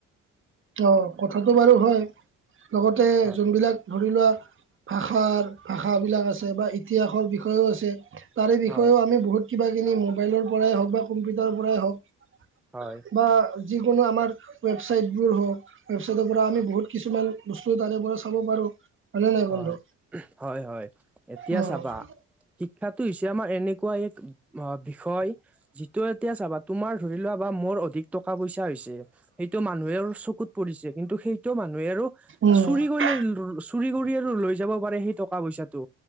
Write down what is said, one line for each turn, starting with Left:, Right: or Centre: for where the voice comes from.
Right: অ', কথাটো বাৰু হয়, লগতে
Centre: হয়
Right: যোনবিলাক ধৰি লোৱা ভাষাৰ, ভাষাবিলাক আছে, বা ইতিহাসৰ বিষয়েও আছে। তাৰে বিষয়েও
Centre: হয়
Right: আমি বহুত কিবা-কিনি মোবাইলৰ পৰাই হওক বা কম্পিউটাৰৰ পৰাই হওক
Centre: হয়
Right: কিবা যিকোনো আমাৰ ৱেবছাইট বোৰ হওক, ৱেবছাইটৰ পৰা আমি বহুত কিছুমান বস্তু তাৰে পৰা চাব পাৰো। হয়নে নাই
Centre: হয়,
Right: বন্ধু
Centre: হয়, হয়। এতিয়া
Right: উম
Centre: চাবা শিক্ষাটো হৈছে আমাৰ এনেকুৱা এক, মহা বিষয় যিটো এতিয়া স্বাভাৱিক তোমাৰ ধৰি লোৱা বা, মোৰ অধিক টকা, পইচা হৈছে সেইটো মানুহৰ আৰু চকুত পৰিছে, কিন্তু সেইটো মানুহেও
Right: উম
Centre: চুৰি কৰি লৈ ল'ব আৰু লৈ যাব পাৰে সেই টকা পইচাটো,